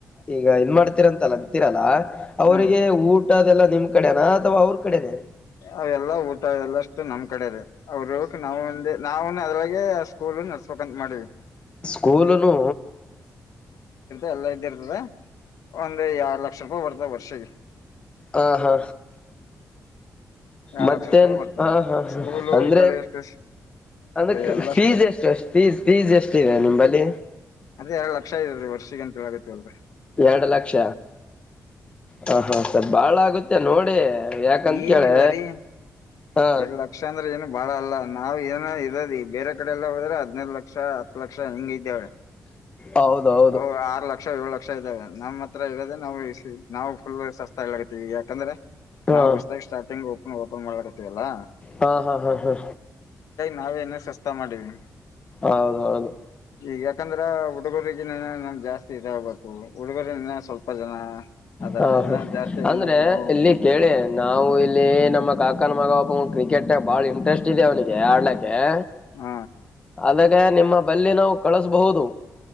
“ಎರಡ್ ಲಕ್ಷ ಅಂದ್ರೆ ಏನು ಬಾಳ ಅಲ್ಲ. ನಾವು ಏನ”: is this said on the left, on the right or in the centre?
Left